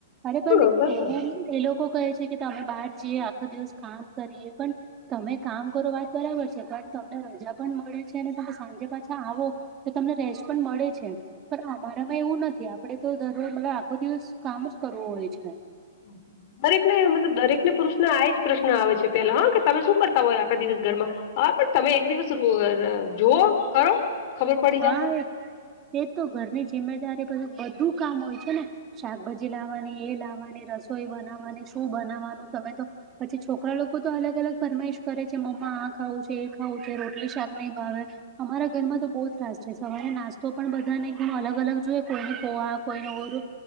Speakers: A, on the right; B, on the left.
A: અરે
B: હા
A: પણ
B: બરોબર
A: એવું એ લોકો કહે છે, કે તમે બહાર જઈએ આખો દિવસ કામ કરીએ પણ તમે કામ કરો વાત બરાબર છે પણ તમને રજા પણ મળે છે, અને તમે સાંજે પાછા આવો તો તમને રેસ્ટ પણ મળે છે. પણ અમારામાં એવું નથી, આપડે તો દરરોજ મતલબ આખો દિવસ કામ જ કરવું હોય છે.
B: હમ્મ હમ્મ દરેકને મતલબ દરેક ને પુરુષને આ એ જ પ્રશ્ન આવે છે, પેલા હા કે તમે શું કરતા હોય આખા દિવસ ઘરમાં હા પણ તમે એક દિવસ જોઓ કરો ખબર પડી
A: હા એ એ તો ઘરની જિમ્મેદારી પછી બધું કામ હોય છે, ને શાકભાજી લાવવાની એ લાવવાની રસોઈ બનાવવાની શું બનાવાનું તમે તો પછી છોકરા લોકો તો અલગ અલગ ફરમાઈશ કરે છે, મમ્મા આ ખાવું છે, એ ખાવું છે, રોટલી શાક નહી ભાવે અમારા ઘરમાં તો બો ત્રાસ છે, સવારે નાસ્તો પણ બધાને અલગ અલગ જોઈએ કોઈને પોહા કોઈને ઓરું